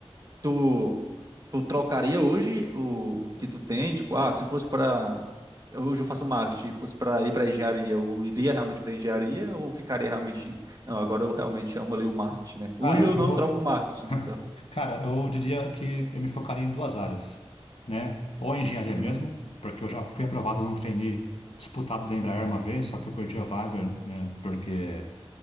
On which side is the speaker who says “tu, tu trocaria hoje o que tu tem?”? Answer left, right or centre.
Right